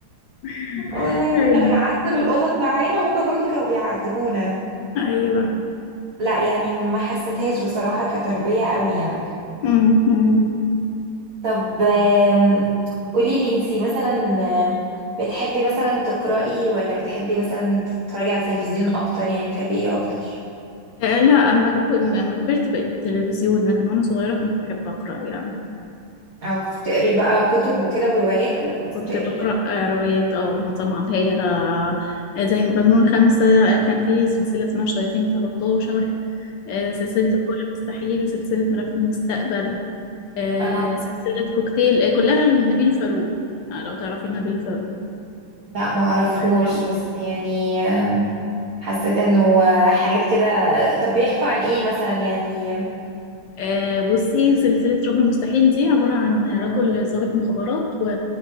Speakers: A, on the left; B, on the right.
A: <laughs>
B: آه والله كنا
A: ايوه
B: بنعذب القطط معانا وهم برضو كانوا بيعذبونا
A: ايوه
B: لا يعني ما حسيتهاش بصراحة كتربية قوي يعني
A: مم. مم.
B: طب آم، قوليلي انتي مثلا آم، بتحبي مثلا تقرأي ولا بتحبي مثلا تتفرجي على التلفزيون اكتر يعني بتحبي ايه اكتر
A: آه، لا اما جو- اما كبرت بقيت تلفزيون لكن وانا صغيره كنت بحب اقرا يعني
B: او كنت بتقري بقى كتب وكده وروايات ولا كنت
A: كنت
B: بتقري
A: بقرأ
B: ايه
A: روايات اه معظمها اللي هي آه، زي مجنون خمسة آه، كان في سلسلة اسمها شياطين 13 آه، سلسلة الكل المستحيل سلسلة ملف المستقبل آه،
B: امم
A: سلسلة كوكتيل آه، كلها لنبيل فاروق آه، لو تعرفي نبيل فاروق
B: لا ما اعرفهوش
A: الله يرحمه
B: بس يعني حسيت انه حاجات كده طب بيحكوا عن ايه مثلا يعني
A: آه، بصي سلسلة رب المستحيل دي عبارة عن رجل ضابط مخابرات و...